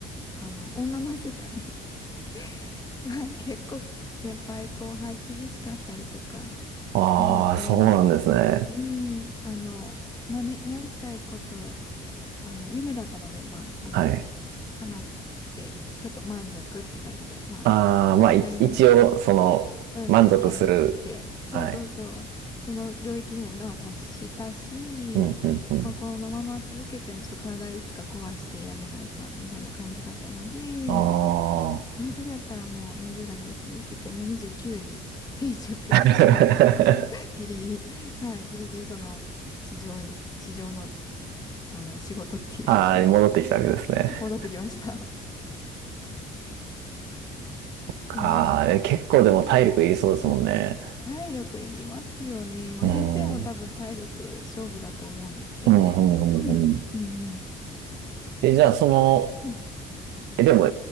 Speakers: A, on the left (about 25°); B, on the right (about 85°).
A: あの、女の世界 <laughs> が結構先輩後輩厳しかったりとかしたので、
B: あ、ああ、そうなんですね。
A: うん、あの、まあね、やりたいこと、あの、夢だったので、まあ、あの、
B: はい。
A: かなって、ちょっと満足って感じで、まあ、
B: ああ、
A: 大体の
B: まあ、い一応、その、
A: ね、うん、
B: 満足する。
A: 経験して、そうそうそう、
B: はい。
A: その領域にも、まあ、達したし、
B: うん、うん、うん。
A: まあ、このまま続けても、ちょっと体いつか壊してやめないかん、みたいな感じだったので、
B: ああ。
A: まあ、それやったらもう20代のうちにって言って、もう29に転職して
B: <laughs>
A: ギリギリ、はい、ギリギリその地上に、地上の、あの仕事っていうか
B: ああ、戻ってきたわけですね。
A: <laughs> 戻ってきました。
B: かあ、
A: うん。っ
B: え結構でも体力いりそうですもんね。
A: て感じで。はい。体力いりますよね。まあ先生も多分体力勝負だと思うんですけど。
B: うん。うん、うん、うん。
A: うん、
B: うん
A: うん、うん。
B: え、じゃあ、その、
A: うん
B: え、でも、